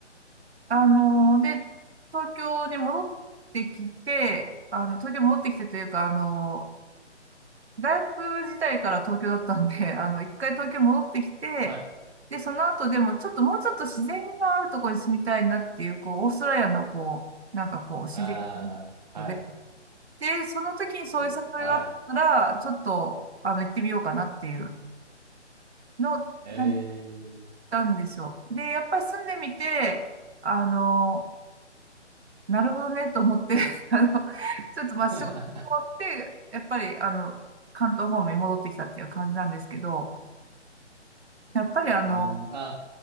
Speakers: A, on the right; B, on the right.
A: あの、で、東京に戻ってきて、あの、東京に戻ってきてというか、あの、大学時代から東京だったんで、<laughs> あの、一回東京戻ってきて、
B: はい。
A: で、その後でもちょっともうちょっと自然があるところに住みたいなっていう、こう、オーストラリアのこう、なんかこう、自然
B: ああ、
A: で、
B: はい、
A: で、その時にそういう誘いがあったら、
B: そう、はい。
A: ちょっと、あの、行ってみようかなっていうのを考え
B: ええ
A: たんですよ。で、やっぱり住んでみて、あの、なるほどねと思って <laughs> あの、ちょっとまあ仕事終わって、
B: <laughs>
A: やっぱり、あの、関東方面に戻ってきたっていう感じなんですけど、やっぱりあの、
B: うーん、あ、っ